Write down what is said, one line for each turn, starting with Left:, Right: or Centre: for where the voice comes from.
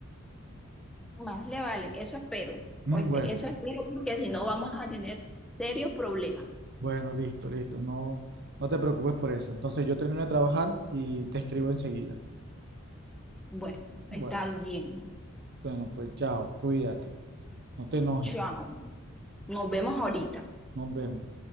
Centre: Más le vale, eso espero.
Right: Mm,
Centre: Oíste,
Right: Bueno,
Centre: eso espero porque si no vamos a tener serios problemas.
Right: Bueno, listo, listo. No, no te preocupes por eso. Entonces yo termino de trabajar y te escribo enseguida.
Centre: Bueno, está
Right: Bueno,
Centre: bien.
Right: bueno, pues chao, cuídate, no te enojes,
Centre: Chao. Nos vemos ahorita.
Right: nos vemos.